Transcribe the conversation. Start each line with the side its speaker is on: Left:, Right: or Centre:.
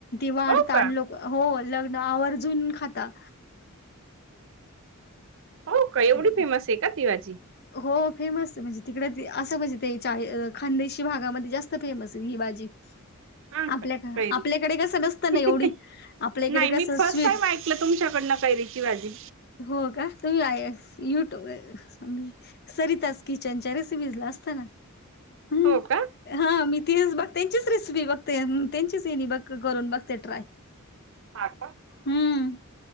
Left: वाढता
Right: हो का
Left: ल हो लग्न आवर्जून खाता
Right: हो का? एवढी
Left: ती
Right: फेमस आहे का ती भाजी?
Left: हो फेमस आहे. म्हणजे तिकडे ती असं म्हणजे ते चा खानदेशी भागामध्ये जास्त फेमस आहे ही भाजी. <unintelligible>
Right: हा
Left: आपल्या
Right: का कैरीची?
Left: आपल्याकडे कसं नसतं ना एवढी आपल्या इकडे
Right: नाही.
Left: कसं
Right: मी फस्ट
Left: स्वीट
Right: टाईम ऐकलं तुमच्याकडनं कैरीची ची भाजी.
Left: हो का? तुम्ही आ य युट्यूब अ मी सरिताज किचनच्या रेसिपीज ला असत ना. हम्म
Right: हो का?
Left: हा मी तेच बघ त्यांचीच रेसिपी बघते. अन त्यांच्याच यानी बघ करून बघते ट्राय.
Right: हा का?
Left: हम्म